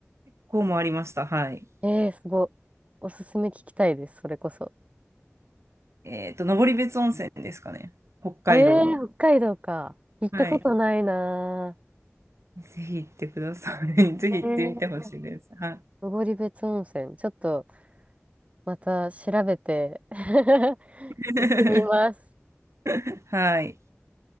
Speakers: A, on the right; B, on the right.
A: こうもありました。はい。
B: えー、すご。おすすめ聞きたいです、それこそ。
A: えっと、登別温泉ですかね。北海道の。
B: えー、北海道か。行ったことないな
A: はい。ぜひ行ってください。<laughs> ぜひ行ってみてほしいです。
B: ぁ。えー、
A: は
B: 登別温泉。ちょっとまた調べて <laughs>
A: い。
B: 行ってみます。
A: <laughs> はい。